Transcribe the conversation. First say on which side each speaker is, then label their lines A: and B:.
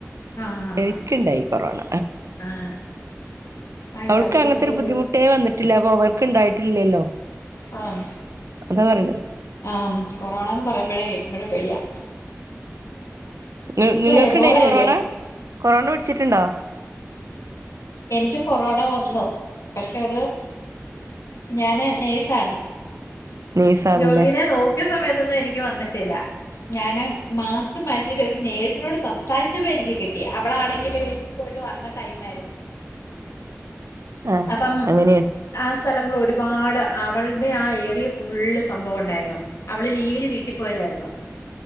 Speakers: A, on the left; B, on the right.
A: ആഹ് ആഹ്
B: എനിക്ക് ഇണ്ടായി കൊറോണ
A: ആഹ് അയ്യോ
B: അവൾക്ക്
A: അതൊരു
B: അങ്ങനത്തൊരു
A: വലിയൊരു
B: ബുദ്ധിമുട്ടേ വന്നിട്ടില്ല അപ്പൊ അവർക്ക് ഇണ്ടായിട്ടില്ലേല്ലോ
A: ആഹ്
B: അതാ പറിണത്
A: ആഹ് കൊറോണാന്ന് പറിമ്പഴേ ഇബടെ പേടിയാ
B: നി
A: ഇപ്പൊ
B: നിങ്ങൾക്ക്ണ്ടേയിന്യോ
A: എബോളയല്ലേ
B: കൊറോണ കൊറോണ പിടിച്ചിട്ട്ണ്ടോ
A: എനിക്ക്യ് കൊറോണ വന്നു പക്ഷേ അത് ഞാന് നേഴ്സാണ്
B: നൈസാണല്ലേ
A: രോഗിനെ നോക്കിയ സമയത്തൊന്നും എനിക്ക്യ് വന്നിട്ടില്ല ഞാന് മാസ്ക് മാറ്റിയിട്ട് ഒരു നേഴ്സിനോട് സംസാരിച്ചപ്പോ എനിക്ക്യ് കിട്ടി അവളാണെങ്കില് വീട്ടില് പോയി ട്ട് വന്ന ടൈമാര്ന്നു
B: ആ
A: അപ്പം
B: അങ്ങനെയാണ്
A: ആഹ് സ്ഥലങ്ങള് ഒരുപാട് അവള്ടെ ആഹ് ഏരിയ ഫുള്ള് സംഭവം ഇണ്ടായിരുന്നു അവള് ലീവിന് വീട്ടി പോയതാരുന്നു